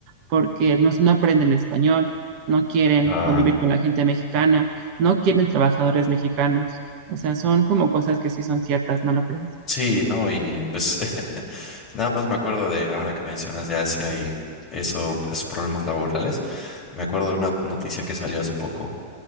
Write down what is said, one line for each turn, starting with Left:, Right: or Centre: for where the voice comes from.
Right: porque no, no aprenden español, no quieren
Left: Ah,
Right: convivir con la gente mexicana, no quieren trabajadores mexicanos. O sea, son como cosas que sí son ciertas, ¿no lo crees?
Left: sí, no, y pues <laughs> nada más me acuerdo de ahora que mencionas de Asia y eso, esos problemas laborales. Me acuerdo de una noticia que salió hace poco